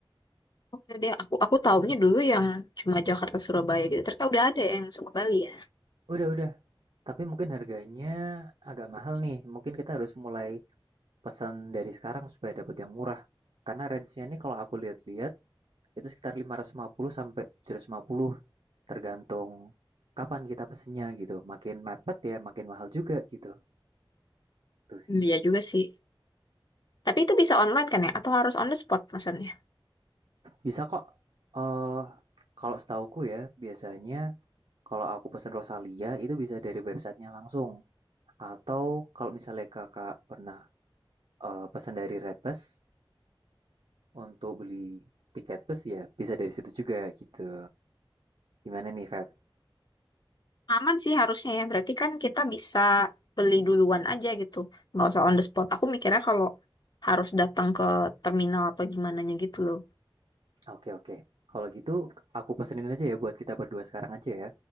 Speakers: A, on the left; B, on the right.
A: Oke deh, aku aku taunya
B: Hmm.
A: dulu yang cuma Jakarta Surabaya gitu. Ternyata udah ada yang suka Bali ya.
B: Udah, udah. Tapi mungkin harganya agak mahal nih. Mungkin kita harus mulai pesan dari sekarang supaya dapat yang murah. Karena range-nya ini kalau aku lihat-lihat itu sekitar 550 sampai 750 tergantung kapan kita pesennya gitu. Makin mepet ya makin mahal juga gitu. Tuh sih.
A: Hmm, Iya juga sih. Tapi itu bisa online kan ya? Atau harus on the spot maksudnya?
B: Bisa kok eh kalau setauku ya biasanya kalau aku pesen Rosalia itu bisa dari websitenya langsung atau kalau misalnya kakak pernah eh, pesan dari Redbus untuk beli tiket bus ya bisa dari situ juga gitu. Gimana nih Feb?
A: Aman sih harusnya ya. Berarti kan kita bisa beli duluan aja gitu. Nggak usah on the spot. Aku mikirnya kalau harus datang ke terminal atau gimana gitu loh.
B: Oke oke. Kalau gitu aku pesenin aja ya buat kita berdua sekarang aja ya.